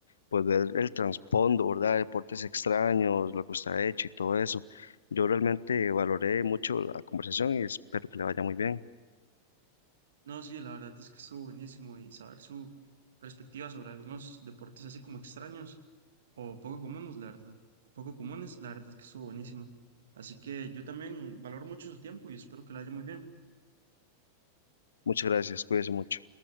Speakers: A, on the left; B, on the right.
A: pues ver el trasfondo, ¿verdad? Deportes extraños, lo que está hecho y todo eso. Yo realmente valoré mucho la conversación y espero que le vaya muy bien.
B: No, sí, la verdad es que estuvo buenísimo y saber su perspectiva sobre algunos deportes así como extraños o poco comunes, la verdad, poco comunes, la verdad es que estuvo buenísimo. Así que yo también valoro mucho su tiempo y espero que la haya muy bien.
A: Muchas gracias, cuídese mucho.